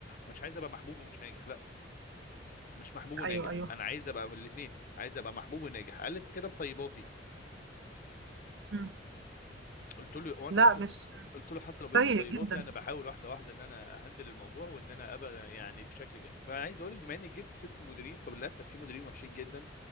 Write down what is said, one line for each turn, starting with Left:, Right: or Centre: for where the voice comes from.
Left: مش عايز ابقى محبوب ومش ناجح لا مش محبوب وناجح
Right: أيوه أيوه
Left: انا عايز ابقى من الاثنين عايز ابقى محبوب وناجح قال لي انت كده مطيباتي
Right: مم.
Left: قلت له وانا
Right: لا
Left: حت...
Right: مش
Left: قلت له حتى لو بقيت
Right: سيء
Left: مطيباتي
Right: جدا
Left: انا بحاول واحده واحده ان انا اهندل الموضوع وان انا ابقى يعني بشكل جاف فانا عايز اقول لك بما انك جبت سيره المديرين فللاسف في مديرين وحشين جدا